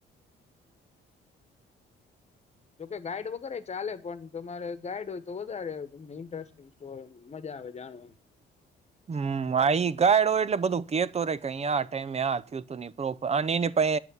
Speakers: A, on the left; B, on the right.
A: જોકે ગાઈડ વગરે ચાલે, પણ તમારે ગાઈડ હોય તો વધારે તમને ઇન્ટરેસ્ટિંગ સરી મજા આવે જાણવાની.
B: હમ આ ગાઈડ હોય એટલે બધું કેતો રે કે અહીયા આ ટાઈમે આ થયું હતું નહી પ્રોપર અને એને પ